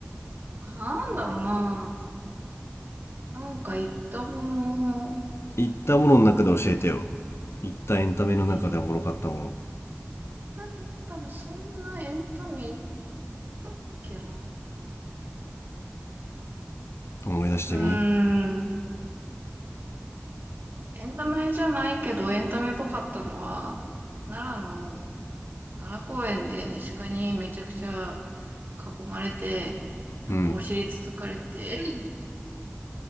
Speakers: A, on the right; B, on the left.
A: 他なんだろうな。なんか言ったもの、
B: 言ったものの中で教えてよ。言ったエンタメの中でおもろかったも
A: 言ったエンタメ、そんなエンタメだっけな。
B: の思い出してみ
A: うーん。エンタメじゃないけど、エンタメっぽかったのは、奈良の、奈良公園で鹿にめちゃくちゃ囲まれて、なんかお尻つつかれて、
B: うん
A: <laughs>